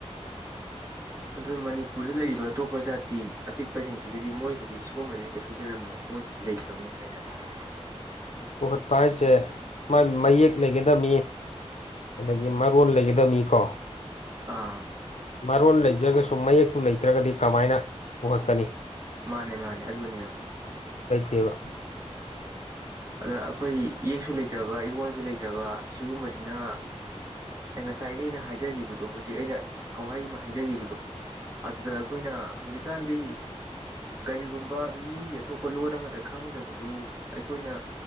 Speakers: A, on the right; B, on the left.
A: ꯑꯗꯨꯒ ꯃꯅꯤꯄꯨꯔꯗ ꯂꯩꯔꯤ ꯑꯗꯣ ꯑꯇꯣꯞꯄ ꯖꯥꯇꯤ ꯑꯄꯤꯛꯄꯁꯤꯡꯁꯤꯒꯤꯗꯤ ꯃꯣꯏꯒꯤꯗꯤ ꯁꯤꯒꯨꯝꯕꯁꯦ ꯀꯩꯁꯨ ꯂꯩꯔꯝꯃꯣꯏ ꯃꯣꯏꯒꯤꯗꯤ ꯂꯩꯇꯝꯅꯤꯅ ꯍꯥꯏꯇꯥꯔꯦ <inaudible>
B: ꯄꯨꯈꯠꯄ ꯍꯥꯏꯁꯦ ꯃꯥꯏ ꯃꯌꯦꯛ ꯂꯩꯒꯗꯃꯤ ꯑꯗꯒꯤ ꯃꯔꯣꯜ ꯂꯩꯒꯗꯝꯅꯤꯀꯣ
A: ꯑꯥ
B: ꯃꯔꯣꯟ ꯂꯩꯖ꯭ꯔꯒꯁꯨ ꯃꯌꯦꯛꯇꯨ ꯂꯩꯇ꯭ꯔꯒꯗꯤ ꯀꯃꯥꯏꯅ ꯄꯨꯈꯛꯀꯅꯤ
A: ꯃꯥꯅꯦ ꯃꯥꯅꯦ ꯑꯗꯨꯅꯦ
B: ꯂꯩꯇꯦꯕ
A: ꯑꯗ ꯑꯩꯈꯣꯏꯒꯤ ꯏꯌꯦꯛꯛꯁꯨ ꯂꯩꯖꯕ ꯏꯔꯣꯟꯁꯨ ꯂꯩꯖꯕ ꯁꯤꯒꯨꯝꯕꯁꯤꯅ ꯉꯁꯥꯏꯒꯤ ꯑꯩꯅ ꯍꯥꯏꯖꯒꯤꯕꯗꯣ ꯍꯧꯖꯤꯛ ꯑꯩꯅ ꯋꯥꯍꯩ ꯑꯃ ꯍꯥꯏꯖꯒꯤꯕꯗꯣ ꯑꯗꯨꯗ ꯑꯩꯈꯣꯏꯅ ꯍꯧꯖꯤꯛꯀꯥꯟꯗꯤ ꯀꯔꯤꯒꯨꯝꯕ ꯃꯤꯒꯤ ꯑꯇꯣꯞꯄ ꯂꯣꯟ ꯑꯃꯗ ꯈꯪꯗꯕꯗꯨ ꯑꯩꯈꯣꯏꯅ